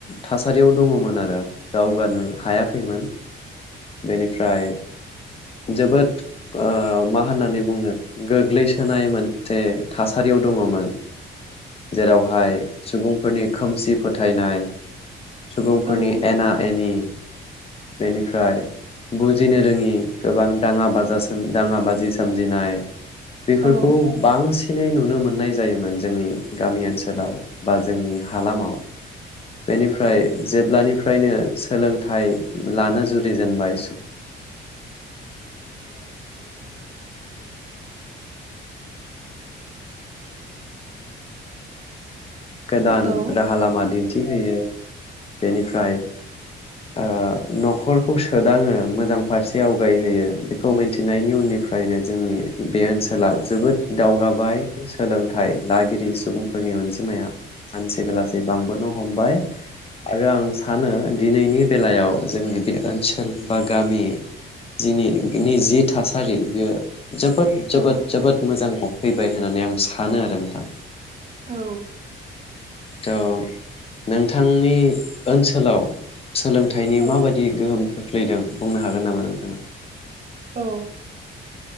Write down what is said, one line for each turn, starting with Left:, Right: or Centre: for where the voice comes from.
Left: थासारियाव दङमोन आरो दावगानो हायाखैमोन बेनिफ्राय जोबोद ओ मा होननानै बुंनो गोग्लैस होनाय मोनसे थासारियाव दङमोन जेरावहाय सुबुंफोरनि खोमसि फोथायनाय सुबुंफोरनि
Right: औ
Left: एना एनि बेनिफ्राय बुजिनो रोङि गोबां दाङा बाजा दाङा बाजि सोमजिनाय बेफोरखौ
Right: औ
Left: बांसिनै नुनो मो ननाय जायोमोन जोंनि गामि ओनसोलाव बा जोंनि हालामाव बेनिफ्राय जेब्लानिफ्रायनो सोलोंथाइ लानो जुरि जेनबाय गोदान
Right: औ
Left: रा हा लामा दिन्थिहोयो बेनिफ्राय ओ न'खर खौ सोदाङो मोजां फारसे आवगायहोयो बेखौ मिन्थिनायनि उननिफ्रायनो जोंनि बे ओनसोला जोबोद दावगाबाय सोलोंथाइ लागिरि सुबुंफोरनि अनजिमाया सानसे बेला से बांबोनो हमबाय आरो आं सानो दिनैनि बेलायाव जोंनि बे ओनसोल बा गामि जिनि गिनि जि थासारि बियो जोबोद जोबोद
Right: औ
Left: जोबोद मोजाङाव फैबाय होनानै आं सानो आरो नोथां
Right: औ
Left: थ' नोंथांनि ओनसोलाव सोलोंथाइनि
Right: औ
Left: माबादि गोहोम खोख्लैदों बुंनो हागोन नामा नोंथाङा
Right: औ